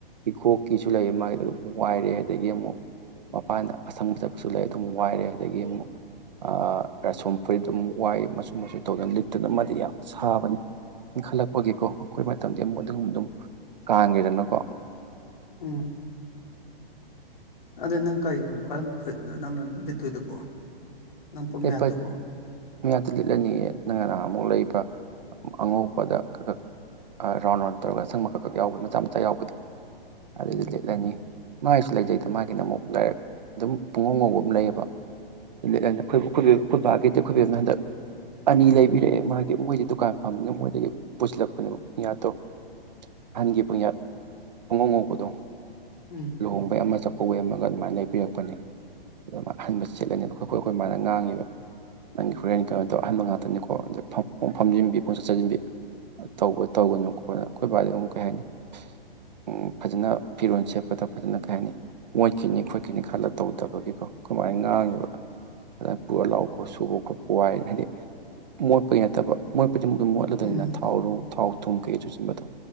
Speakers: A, on the right; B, on the left.
A: ꯏꯀꯣꯛꯀꯤꯁꯨ ꯂꯩꯌꯦ ꯃꯥꯏ ꯑꯗꯨꯗꯨꯝ ꯋꯥꯏꯔꯦ ꯑꯗꯒꯤ ꯑꯃꯨꯛ ꯃꯄꯥꯟꯅ ꯑꯁꯪꯕ ꯆꯠꯄꯁꯨ ꯂꯩ ꯑꯗꯨꯃꯨꯛ ꯋꯥꯏꯔꯦ ꯑꯗꯒꯤ ꯑꯃꯨꯛ ꯑꯥ ꯔꯥꯁꯣꯟ ꯐꯨꯔꯤꯠ ꯑꯃꯨꯛ ꯋꯥꯏ ꯃꯆꯨ ꯃꯆꯨ ꯇꯧꯗꯅ ꯂꯤꯠꯇꯅ ꯃꯥꯗꯤ ꯌꯥꯝ ꯁꯥꯕꯅꯤ ꯏꯟꯈꯠꯂꯛꯄꯒꯤꯀꯣ ꯑꯈꯣꯏ ꯃꯇꯝꯗꯤ ꯑꯃꯨꯛ ꯑꯗꯨꯒꯨꯝꯕꯗꯨꯃꯨꯛ ꯀꯥꯟꯒ꯭ꯔꯦꯗꯅꯀꯣ
B: ꯎꯝ ꯑꯗꯨ ꯅꯪ ꯀꯩꯗꯨꯝ ꯀꯔꯝꯕ ꯐꯨꯔꯤꯠꯅꯣ ꯅꯪꯅ ꯂꯤꯠꯇꯣꯏꯗꯨꯕꯣ ꯅꯪ ꯄꯨꯃꯤꯌꯥꯠꯇꯨꯕꯣ
A: ꯂꯤꯠꯄ ꯃꯤꯌꯥꯠꯇꯨ ꯂꯤꯠꯂꯅꯤꯌꯦ ꯅꯪꯅ ꯅꯍꯥꯟꯃꯨꯛ ꯂꯩꯕ ꯑꯉꯧꯕꯗ ꯈ ꯈꯛ ꯑꯥ ꯔꯥꯎꯟ ꯔꯥꯎꯟ ꯇꯧꯔꯒ ꯑꯁꯪꯕ ꯈꯛꯈꯛ ꯌꯥꯎꯕ ꯃꯆꯥ ꯃꯆꯥ ꯌꯥꯎꯕꯗꯣ ꯑꯗꯨꯏꯗꯨ
B: ꯎꯝ
A: ꯂꯤꯠꯂꯅꯤ ꯃꯥꯏꯁꯨ ꯂꯩꯖꯩꯗ ꯃꯥꯒꯤꯅ ꯑꯃꯨꯛ ꯗꯥꯏꯔꯦꯛ ꯑꯗꯨꯝ ꯄꯨꯡꯉꯧ ꯉꯧꯕ ꯑꯝ ꯂꯩꯌꯦꯕ ꯂꯤꯠꯂꯦꯅ ꯑꯈꯣꯏ ꯑꯈꯣꯏꯕꯨ ꯑꯈꯣꯏ ꯕꯥꯒꯤꯗꯤ ꯑꯈꯣꯏ ꯕꯦꯝꯅ ꯍꯟꯗꯛ ꯑꯅꯤ ꯂꯩꯕꯤꯔꯛꯑꯦ ꯃꯥꯒꯤ ꯃꯣꯏꯗꯤ ꯗꯨꯀꯥꯟ ꯐꯝꯕꯅꯤꯅ ꯃꯣꯏꯗꯒꯤ ꯄꯨꯁꯤꯜꯂꯛꯄꯅꯦꯕ ꯄꯨꯡꯌꯥꯠꯇꯣ ꯑꯍꯟꯒꯤ ꯄꯨꯡꯌꯥꯠ ꯄꯨꯡꯉꯧꯉꯧꯕꯗꯣ
B: ꯎꯝ
A: ꯂꯨꯍꯣꯡꯕꯩ ꯑꯃ ꯆꯥꯛꯀꯧꯕꯩ ꯑꯃꯒ ꯑꯗꯨꯃꯥꯏꯟ ꯂꯩꯕꯤꯔꯛꯄꯅꯦ ꯑꯗ ꯃꯥ ꯑꯍꯟꯕ ꯁꯦꯠꯂꯅꯤ ꯑꯗꯣ ꯈꯣ ꯈꯣꯏ ꯈꯣꯏ ꯃꯥꯅ ꯉꯥꯡꯉꯤꯕ ꯅꯪꯒꯤ ꯍꯨꯔꯦꯟ ꯀꯩꯅꯣ ꯇꯧꯔ ꯑꯍꯟꯕ ꯉꯥꯇꯅꯤꯀꯣ ꯑꯗ ꯐꯝ ꯄꯨꯝ ꯐꯝꯖꯤꯟꯕꯤ ꯄꯨꯡꯆꯥ ꯆꯖꯤꯟꯕꯤ ꯑ ꯇꯧꯕ ꯇꯧꯒꯅꯨ ꯈꯣꯠꯅ ꯑꯈꯣꯏ ꯕꯥꯗꯤ ꯑꯃꯨꯛ ꯀꯩ ꯍꯥꯏꯅꯤ ꯎꯝ ꯐꯖꯅ ꯐꯤꯔꯣꯟ ꯁꯦꯠꯄꯗ ꯐꯖꯅ ꯀꯩ ꯍꯥꯏꯅꯤ ꯃꯣꯏꯈꯤꯅꯤ ꯈꯣꯠꯈꯤꯅꯤ ꯈꯜꯂ ꯇꯧꯗꯕꯒꯤꯀꯣ ꯈꯣꯏꯃꯥꯅ ꯉꯥꯡꯉꯤꯕ ꯐꯖꯅ ꯄꯨꯔ ꯂꯥꯛꯎꯀꯣ ꯁꯨꯕ ꯈꯣꯠꯄ ꯋꯥꯏ ꯍꯥꯏꯗꯤ ꯃꯣꯠꯄꯒꯤ ꯅꯠꯇꯕ ꯃꯣꯠꯄꯗꯤ ꯑꯗꯨꯝ ꯃꯣꯠꯂꯗꯨꯏꯅꯤꯅ
B: ꯎꯝ
A: ꯊꯥꯎꯔꯣ ꯊꯥꯎ ꯊꯨꯝ ꯀꯩ ꯆꯨꯁꯤꯟꯕꯗꯣ